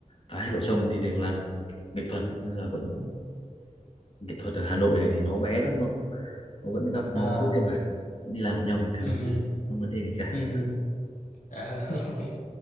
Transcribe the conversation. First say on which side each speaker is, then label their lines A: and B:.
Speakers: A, on the left; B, on the left.
A: cả hai vợ chồng thì đều làm nghệ thuật nên là vẫn nghệ thuật ở Hà Nội này thì nó bé lắm không nó vẫn gặp
B: à
A: nhau suốt đêm mà vẫn đi làm với nhau bình thường
B: ừ
A: không vấn đề gì cả
B: ừ à. <laughs>